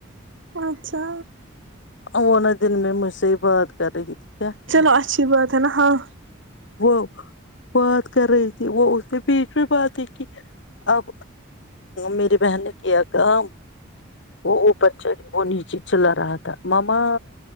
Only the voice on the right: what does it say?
اچھا
چلو اچھی بات ہے نا ہاں